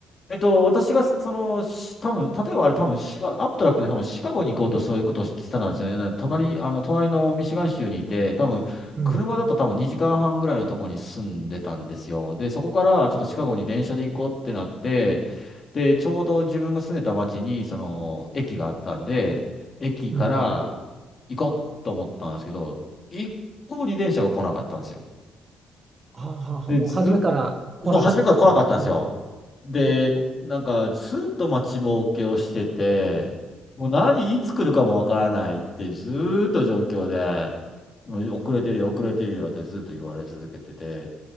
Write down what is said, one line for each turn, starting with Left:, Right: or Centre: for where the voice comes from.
Left: えっと、私が、その、し多分、例えばあれ、多分、シガ、アムトラックで多分、シカゴに行こうとそういうことをしてたんですよね。なんで隣、あの、隣のミシガン州にいて、多分、
Right: うん。
Left: 車だと多分2時間半ぐらいのところに住んでたんですよ。で、そこからちょっとシカゴに電車で行こうってなって、で、ちょうど自分が住んでた町に、その、駅があったんで、駅から
Right: うんうん
Left: 行こうと思ったんですけど、一向に電車が来なかったんですよ。
Right: ああ、
Left: で、
Right: もう初めから来なかったわけですね。
Left: ず、そう、初めから来なかったんですよ。で、
Right: ほうほ
Left: なんか、ずっと待ちぼうけをしてて、もう何、いつ来るかもわからないって、ずーっと状況で、もう遅れてるよ、遅れてるよってずっと言われ続けてて、